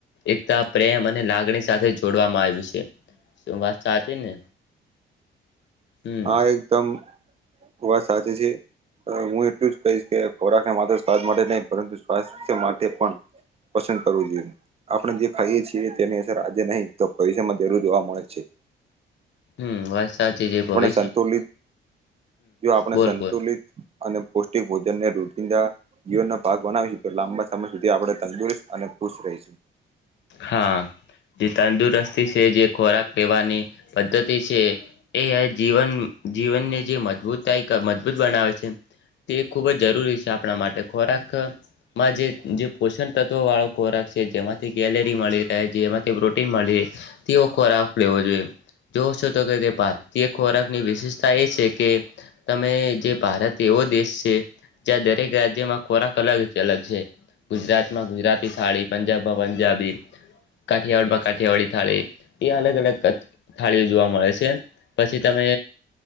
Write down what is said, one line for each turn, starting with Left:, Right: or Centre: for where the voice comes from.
Left: એકતા, પ્રેમ અને લાગણી સાથે જોડવામાં આયું સે સુ વાત ચાચી ને હમ
Right: હા એકદમ વાત સાચી છેસ અ હું એટલું જ કહીશ કે ખોરાક ને માત્ર સ્વાદ માટે નહીં પરંતુ સ્વાસ્થ્ય માટે પણ પસંદ કરવું જોઈએ આપણે જે ખાઈએ છીએ તેની અસર આજે નહી તો ભવીષયમાં જરૂર જોવા મળે છે. હ
Left: હમ વાત સાચી જે ભવિ
Right: સંતુલિત જો આપણે
Left: બોલ
Right: સંતુલિત
Left: બોલ
Right: અને પૌષ્ટિક ભોજનને રોજીદા જીવનનો ભાગ બનાવીશું તો લાંબા સમય સુધી આપણે તંદુરસ્ત અને ખુશ રહીશું.
Left: હા. જે તંદુરસ્તી છે, જે ખોરાક લેવાની પદ્ધતિ છે, એ જીવન જીવનને જે મજબૂતાય મજબૂત બનાવે છે, તે ખૂબ જ જરૂરી છે આપણા માટે ખોરાકમાં જે પોષણ તત્વો વાળો ખોરાક છે, જેમાંથી કેલેરી મળી રે જેમાંથી પ્રોટીન મલી તેવો ખોરાક લેવો જોઈએ. જોશો તો <unintelligible> ભારતીય ખોરાકની વિશેષતા એ છે, કે તમે જે ભારત એવો દેશ છે. જ્યાં દરેક રાજ્યમાં ખોરાક અલગ જ અલગ છે, ગુજરાતમાં ગુજરાતી થાળી, પંજાબમાં પંજાબી, કાઠિયાવાડી થાળી એ અલગ અલગ થાળીઓ જોવા મળે છે. પછી તમે